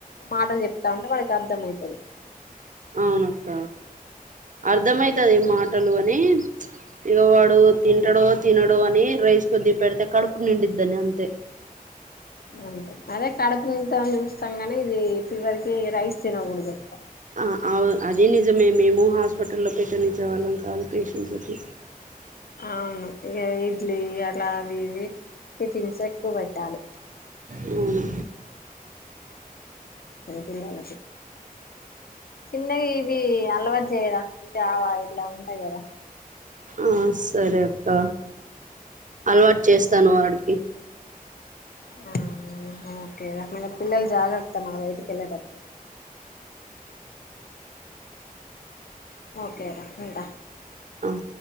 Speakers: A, on the left (about 80°); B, on the right (about 60°).
A: మాటలు చెప్తా ఉంటే వాడికి అర్థంమయితది
B: అవునక్క అర్ధమైతది మాటలు అని ఇగ వాడు
A: అర్థమై
B: తింటాడో తినడో అని రైస్ కొద్దిగ పెడితే కడుపు నిండిద్దనీ అంతే
A: అంతే అదే కడుపుంత చూపిస్తాం గాని ఇది ఫీవర్ కి రైస్ తినకూడదు ఎక్కువ
B: ఆ అవు అదే నిజమే మేము ము హాస్పిటల్లో పెట్టనిచ్చేవాళ్ళం కాదు పేషెంట్లకి
A: అవును ఇగ ఇడ్లీ అలా అవి ఇవి టిఫిన్స్ ఎక్కువ పెట్టాలి
B: అవును
A: పిల్లోళ్ళకి చిన్నవి ఇవి అలవాటు చేయాలి ఇవి జావా ఇట్లా ఉంటాయి కదా
B: ఆ సరే అక్క అలవాటు చేస్తాను వాడికి
A: ఆ ఓకే పిల్లలు జాగ్రత్తమా బయటికి వెళ్ళేటప్పుడు ఒకే రా ఉంటా
B: ఆ